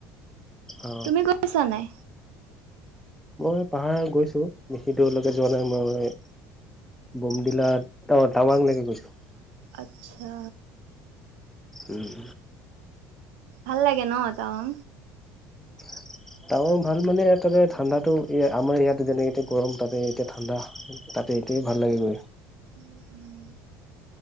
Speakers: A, in the centre; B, on the right.
A: অ
B: তুমি গৈ আছা নাই?
A: মই পাহাৰ গৈছো বেছি দূৰলৈকে যোৱা নাই মই বমডিলাত অ টাৱাং লকে গৈছো
B: আচ্ছা
A: উম
B: ভাল লাগে ন তাৱং
A: <inaudible> টাৱাং ভাল মানে তাতে ঠাণ্ডাতো আমাৰ ইয়াত যেনেক এতিয়া গৰম তাতে এতিয়া ঠাণ্ডা যে সেইটোৱে ভাল লাগে মোৰ।
B: উম উম